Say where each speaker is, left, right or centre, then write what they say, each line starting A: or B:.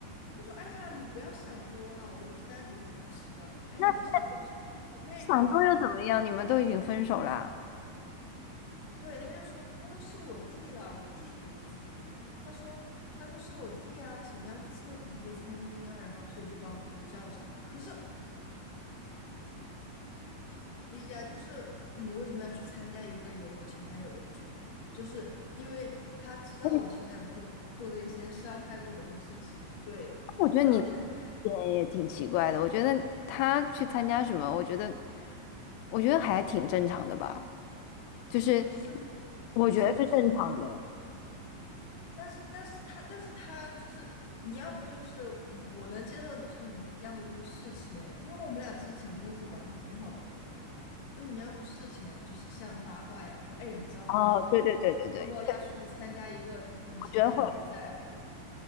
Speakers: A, on the left; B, on the left.
A: 他说，哎呀，你不要想多了，我又不是单独跟他吃的，他以为是我是
B: 那
A: 那方面。
B: 想多又怎么样？你们都已经分手啦。
A: 对，他就说，他说是我弟了，我弟组的局。他说，他说是我弟啊，什么要去测评一个餐厅啊，然后所以就把我们都叫上了。可是不能理解啊，就是你为什么要去参加一个有我前男友的局？就是因为他知道我前男友做了做了一些伤害过我的事情，
B: 那你
A: 对。
B: 我觉得你
A: 然后他，你还
B: 也也挺奇怪的。我觉得他去参加什么，我觉得，我觉得还挺正常的吧。就是
A: 是吗？
B: 我觉得是正常的。
A: 可是就是。他。但是，但是他，但是他就是你要么就是，嗯，我能接受，就是你要么就是事前，因为我们俩之前真的是玩的很好的那种朋友嘛，就是你要么事前就是像八卦一样说，哎，你知道吗？
B: 哦，
A: 就是我周末要去参加一个你你前男友也会在啊，
B: 对对对对对，我觉得会。
A: 什